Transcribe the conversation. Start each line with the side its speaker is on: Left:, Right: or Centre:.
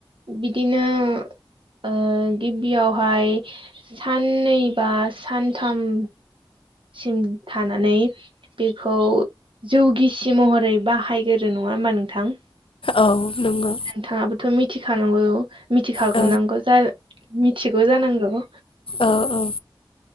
Right: बिदिनो ओ गिबियावहाय साननै बा सानथाम सिम थानानै बेखौ जौगिसि महरै बाहायग्रो नङा होमबा नोंथां?
Left: औ नंगौ।
Right: नोंथाङाबोथ' मिथिखानांगौ मिथिखागोनांगौ
Left: औ
Right: मि-मिथिगौ जानांगौ?
Left: औ औ।